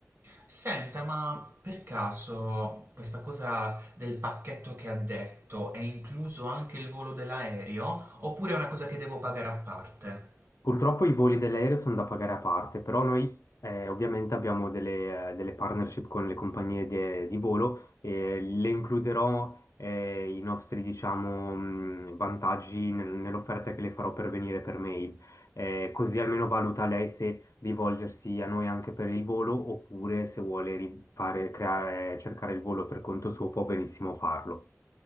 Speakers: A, on the right; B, on the left.
A: Senta, ma per caso questa cosa del pacchetto che ha detto è incluso anche il volo dell'aereo oppure è una cosa che devo pagare a parte?
B: Purtroppo i voli dell'aereo sono da pagare a parte, però noi eh, ovviamente abbiamo delle, eh, delle partnership con le compagnie de- di volo e le includerò eh, i nostri, diciamo, mh, vantaggi nel- nell'offerta che le farò per venire per mail. Eh, così almeno valuta lei se rivolgersi a noi anche per il volo oppure se vuole ri- fare- creare- cercare il volo per conto suo può benissimo farlo.